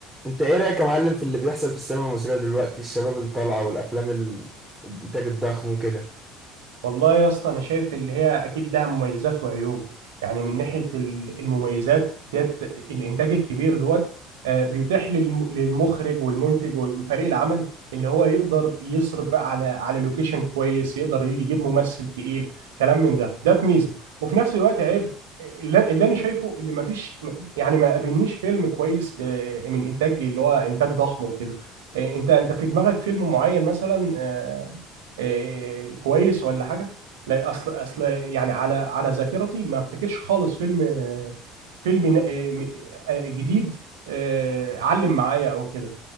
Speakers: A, on the right; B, on the right.
A: انت ايه رأيك يا معلم في اللي بيحصل في السينما المصرية دلوقتي الشباب اللي طالعة والافلام ال- الانتاج الضخم وكده
B: والله يا اسطى انا شايف اللي هي اكيد لها مميزات وعيوب يعني من ناحيه ال- المميزات ديت الانتاج الكبير دوت آه، بيتيح للم- للمخرج والمنتج وفريق العمل ان هو يقدر يصرف بقى على على لوكيشن كويس يقدر يجيب ممثل تقيل كلام من ده ده ميزه وفي نفس الوقت عيب اللي اللي انا شايفه اللي ما فيش يعني ما قابلنيش فيلم كويس ب- من انتاج اللي هو انتاج ضخم وكده آه، انت انت في دماغك فيلم معين مثلا آه، آه، كويس ولا حاجه لا اصل اصل يعني على على ذاكرتي ما افتكرش خالص فيلم آه، فيلم آه، م- آه، جديد آه، علم معايا او كده